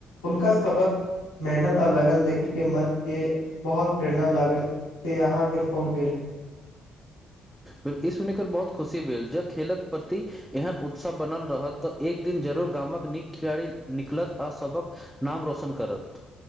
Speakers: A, on the left; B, in the centre.
A: उनका सबक मेहनत आ लगन देखी के मन के बहुत प्रेरणा लागल से अहाँ के फोन कैली
B: ब इ सुनी कर बहुत खुशी भेल ज खेलक प्रति एहन उत्साह बनल रह तऽ एक दिन जरूर गामक नीक खिलाड़ी निकलत आ सबक नाम रोशन करत